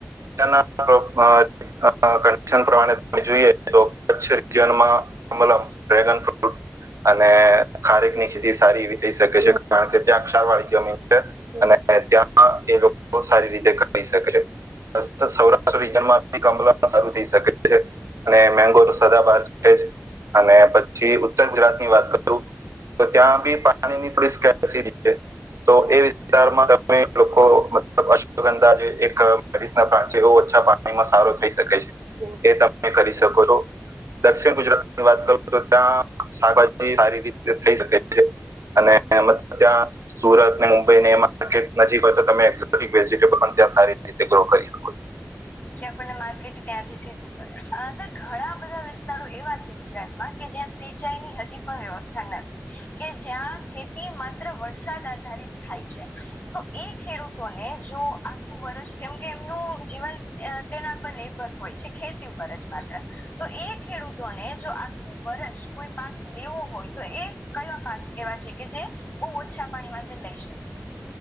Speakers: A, on the right (about 75°); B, on the left (about 35°).
A: તેના <unintelligible> અહ <unintelligible> પ્રમાણે જોઈએ તો કચ્છ રીજન માં મતલબ ડ્રેગન ફ્રૂટ અને ખારેક ની ખેતી સારી એવી થઈ શકે છે કારણ કે ત્યાં ક્ષારવાળી જમીન છે. અને ત્યાં એ લોકો સારી રીતે કરી શકે છે. અસ્ત સૌરાષ્ટ્ર રીજનમાં <unintelligible> સારું થઈ શકે છે. અને મેંગો તો સદા બહાર છે જ અને પછી ઉત્તર ગુજરાતની વાત કરું તો ત્યાં બી પાણી ની પ્રીસ કેસી તે તો એ વિસ્તારમાં તમે લોકો મતલબ અશ અંદાજે એક <unintelligible> ઓછા પાણીમાં સારો થઈ શકે છે એ તમે કરી શકો છો. દક્ષિણ ગુજરાતની વાત કરો તો ત્યાં શાકભાજી સારી રીતે થઈ શકે છે. અને એમ ત્યાં સુરત ને મુંબઈ ને એ માર્કેટ નજીક હોય તો તમે એક્ઝોટિક વેજીટેબલ પણ ત્યાં સારી રીતે ગ્રો કરી શકો
B: કે આપણને માર્કેટ ત્યાંથી સીધું પડે હા સર ઘણા બધા વિસ્તારો એવા છે ગુજરાતમાં કે જ્યાં સિંચાઈ ની હજી પણ વ્યવસ્થા નથી કે જ્યાં ખેતી માત્ર વળ વરસાદ આધારિત થાય છે તો એ ખેડૂતોને જો આખું વર્ષ કેમ કે નું જીવન અહ તેના પર નિર્ભર હોય છે ખેતી ઉપર જ માત્ર તો એ ખેડૂતોને જો આખું વર્ષ કોઈ પાક લેવું હોય તો એ કયા પાક એવા છે કે જે બો ઓછા પાણી માં તે લઈ શકે-